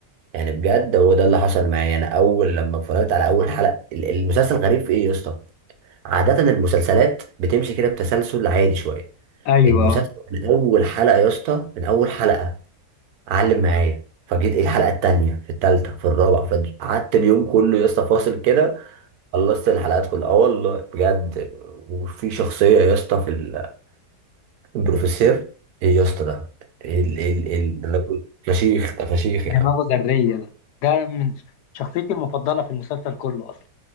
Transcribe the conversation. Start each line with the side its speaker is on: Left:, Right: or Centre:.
Right: يعني بجد هو ده اللي حصل معايا انا اول لما اتفرجت على اول حلقة ال- المسلسل غريب في ايه يا اسطى عادة المسلسلات بتمشي كده بتسلسل عادي شوية
Left: ايوه
Right: المسلسل من اول حلقة يا اسطى من اول حلقة علم معايا فجيت إيه الحلقه التانيه في التالته في الرابعه فقعدت اليوم كله يا اسطى فاصل كده خلصت الحلقات كلها اه والله بجد وفي شخصيه يا اسطى في ال- البروفيسور ايه يا اسطى ده إيه ال إيه ال إيه ال ده أنا- فشيخ ده فشيخ يا
Left: دماغه
Right: عم
Left: ذريه ده ده من شخصيتي المفضله في المسلسل كله اصلا